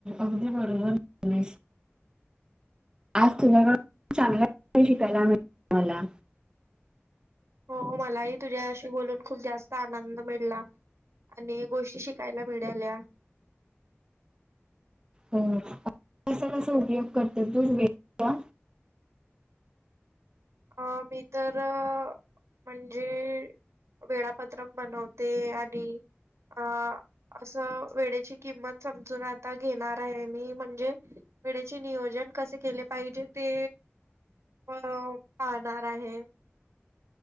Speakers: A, on the right (about 15°); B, on the right (about 80°).
A: अगदी बरोबर बोललीस. आज तुझ्याकडून चांगल्या शिकायला मिळत मला
B: हो हो मलाही तुझ्याशी बोलून खूप जास्त आनंद मिळला. आणि गोष्टी शिकायला मिळाल्या.
A: हो क कसा उपयोग करत तू वेळेला.
B: अ मी तर म्हणजे- वेळापत्रक बनवते आणि अ असं वेडेची किंमत समजून आता घेणार आहे मी म्हणजे वेडेचे नियोजन कसे केले पाहिजे ते अ पाहणार आहे.